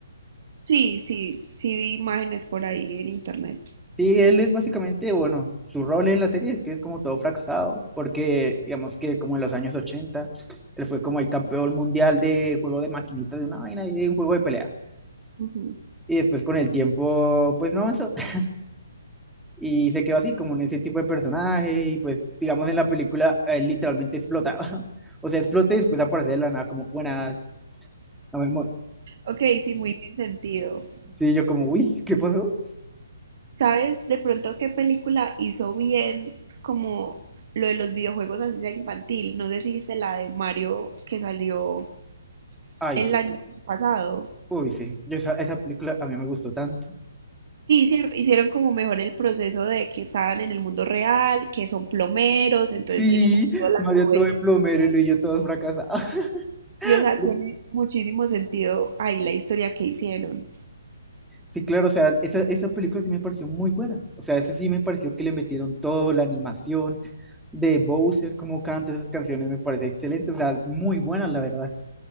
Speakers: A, on the right; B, in the centre.
A: Sí, sí, sí vi imágenes por ahí en internet.
B: Sí, él es básicamente, bueno, su rol en la serie es que es como todo fracasado, porque digamos que como en los años 80 él fue como el campeón mundial de juego de maquinitas de una vaina y de un juego de pelea.
A: Ujú.
B: Y después con el tiempo, pues no avanzó. <laughs> Y se quedó así, como en ese tipo de personaje. Y pues, digamos, en la película, él literalmente explotaba. <laughs> O sea, explota y después aparece de la nada como, buenas, No me mo-
A: Ok, sí, muy sin sentido.
B: Sí, yo como, uy, ¿qué pasó?
A: ¿Sabes de pronto qué película hizo bien como lo de los videojuegos así sea infantil? No sé si viste la de Mario que salió
B: Ay,
A: el
B: sí.
A: año pasado.
B: Uy, sí. Yo esa, esa película a mí me gustó tanto.
A: Sí, cierto, hicieron como mejor el proceso de que estaban en el mundo real, que son plomeros, entonces
B: Sí,
A: tiene sentido las
B: Mario
A: tuberías.
B: todo de plomero y Luis y yo todos fracasados.
A: Sí, o
B: <laughs>
A: sea, tiene muchísimo sentido ahí la historia que hicieron.
B: Sí, claro, o sea, esa, esa película sí me pareció muy buena. O sea, esa sí me pareció que le metieron todo, la animación de Bowser, como canta esas canciones, me parece excelente. O sea, muy buena, la verdad.